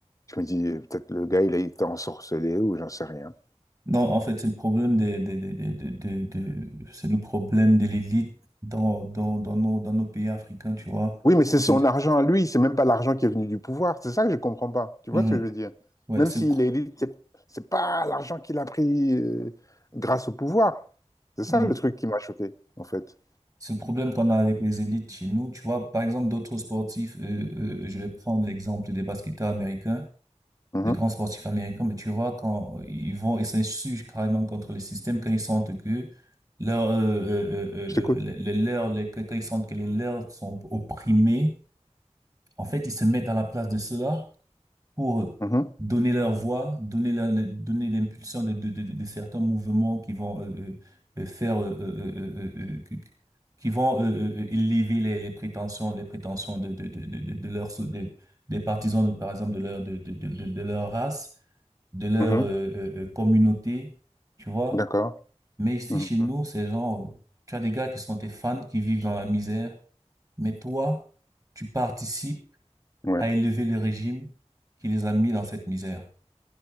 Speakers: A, on the left; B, on the right.
A: Je me dis, euh, peut-être le gars, il a été ensorcelé ou j'en sais rien.
B: non en fait c'est le problème des des des des des, des- des- c'est le problème de l'élite dans dans dans nos dans nos pays africains tu vois
A: Oui, mais c'est
B: c'est
A: son argent à lui, c'est même pas l'argent qui est venu du pouvoir. C'est ça que je comprends pas. Tu
B: le-
A: vois
B: Mhm.
A: ce que je veux dire?
B: ouais
A: Même
B: c'est
A: s'il
B: le pro-
A: est élite, c'est c'est pas l'argent qu'il a pris euh, grâce au pouvoir. C'est
B: Mhm.
A: ça le truc qui m'a choqué, en fait.
B: C'est le problème qu'on a avec les élites chez nous. Tu vois, par exemple, d'autres sportifs, euh, euh, je vais prendre l'exemple des basketteurs américains,
A: Mhm.
B: des grands sportifs américains, mais tu vois, quand euh, ils vont, ils s'insurgent carrément contre le système quand ils sentent que leur, euh, euh, euh,
A: Je t'écoute.
B: euh, euh, les, les leurs, les- quand ils sentent que les leurs sont opprimés, en fait, ils se mettent à la place de ceux-là pour
A: Mhm.
B: donner leur voix, donner la- le- donner l'impulsion de, de, de, de certains mouvements qui vont euh, euh, euh, faire euh, euh, euh, euh, euh, qui qui vont euh, euh, euh, élever les, les prétentions les prétentions de de de de, de de leurs so- de- des partisans de par exemple de leur de de de, de, de leur race, de leur
A: Mhm.
B: euh, euh, euh, communauté, tu vois.
A: D'accord.
B: Mais ici
A: Mhm.
B: chez nous, c'est genre euh, tu as des gars qui sont tes fans qui vivent dans la misère, mais toi, tu participes
A: Ouais,
B: à élever le régime qui les a mis dans cette misère.